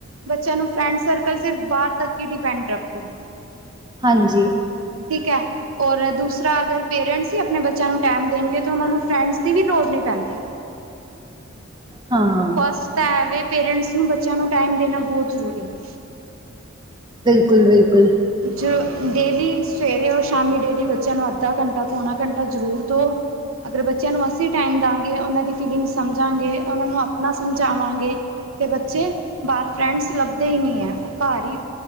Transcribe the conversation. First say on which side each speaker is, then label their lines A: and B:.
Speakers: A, on the right; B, on the right.
A: ਬੱਚਿਆਂ ਨੂੰ ਫਰੈਂਡ ਸਰਕਲ ਸਿਰਫ ਬਾਹਰ ਤੱਕ ਹੀ ਡਿਪੈਂਡ ਰੱਖੋ
B: ਹਾਂਜੀ
A: ਠੀਕ ਹੈ ਔਰ ਦੂਸਰਾ ਅਗਰ ਪੇਰੈਂਟਸ ਹੀ ਆਪਣੇ ਬੱਚਿਆਂ ਨੂੰ ਟਾਈਮ ਦੇਣਗੇ ਤਾਂ ਉਹਨਾਂ ਨੂੰ ਫਰੈਂਡਸ ਦੀ ਵੀ ਲੋੜ ਨਹੀਂ ਪੈਂਦੀ
B: ਹਾਂ
A: ਫਸਟ ਤਾਂ ਐਵੇ ਪੇਰੈਂਟਸ ਨੂੰ ਬੱਚਿਆਂ ਨੂੰ ਟਾਈਮ ਦੇਣਾ ਬਹੁਤ ਜ਼ਰੂਰੀ ਹੈ
B: ਬਿਲਕੁਲ ਬਿਲਕੁਲ
A: ਜੋ ਡੇਲੀ ਸਵੇਰੇ ਔਰ ਸ਼ਾਮੀ ਡੇਲੀ ਬੱਚਿਆਂ ਨੂੰ ਅੱਧਾ ਘੰਟਾ ਪੌਣਾ ਘੰਟਾ ਜ਼ਰੂਰ ਦਿਓ ਅਗਰ ਬੱਚਿਆਂ ਨੂੰ ਅਸੀਂ ਟਾਈਮ ਦਵਾਂਗੇ ਉਹਨਾਂ ਦੀ ਫੀਲਿੰਗਸ ਸਮਝਾਂਗੇ ਉਹਨਾਂ ਨੂੰ ਆਪਣਾ ਸਮਝਾਵਾਂਗੇ ਤੇ ਬੱਚੇ ਬਾਹਰ ਫਰੈਂਡਸ ਲੱਭਦੇ ਹੀ ਨਹੀਂ ਹੈ ਉਹ ਘਰ ਹੀ